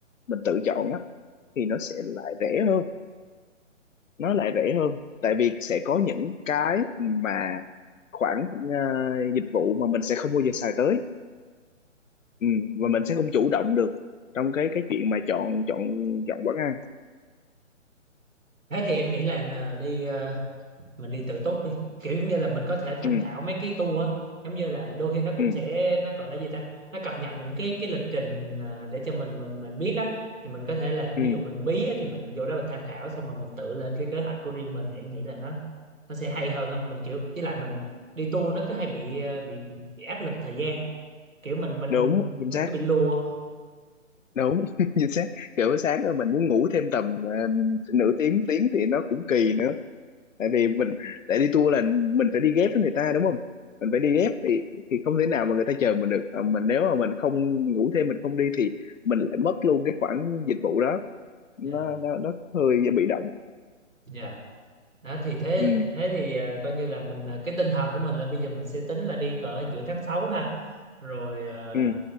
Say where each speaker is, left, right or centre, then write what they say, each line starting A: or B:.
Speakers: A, on the left; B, on the right.
A: mình tự chọn á thì nó sẽ lại rẻ hơn nó lại rẻ hơn tại vì sẽ có những cái mà khoản ờ, dịch vụ mà mình sẽ không bao giờ xài tới ừ, và mình sẽ không chủ động được trong cái cái chuyện mà chọn chọn chọn quán ăn
B: thế thì em nghĩ là nờ, đi ờ, mình đi tự túc đi kiểu giống như là mình có thể tham
A: ừ,
B: khảo mấy cái tour á giống như là đôi khi nó cũng
A: ừ,
B: sẽ nó gọi là gì ta nó cập nhật những cái cái lịch trình ờ, để cho mình mình mình biết á thì mình có thể là
A: ừ,
B: ví dụ mình bí á, thì mình vô đó mình tham khảo xong rồi mình tự lên cái kế hoạch của riêng mình thì em nghĩ là nó nó sẽ hay hơn á mình kiểu với lại mình đi tour nó cứ hay bị ờ, bị bị áp lực thời gian kiểu mình mình
A: đúng chính
B: mình
A: xác
B: cứ bị lùa
A: đúng <laughs> chính xác kiểu sáng rồi mình muốn ngủ thêm tầm ờ, nửa tiếng tiếng thì nó cũng kỳ nữa tại vì mình để đi tour là mình phải đi ghép với người ta đúng không mình phải đi ghép thì thì không thể nào mà người ta chờ mình được Ờ, mình nếu mà mình không ngủ thêm mình không đi thì mình lại mất luôn cái khoản dịch vụ đó nó
B: Dạ,
A: nó nó hơi bị động
B: dạ. đó thì thế
A: ừ
B: thế thì à, coi như là mình à, cái tinh thần của mình là bây giờ mình sẽ tính là đi cỡ giữa tháng 6 ha rồi à,
A: ừ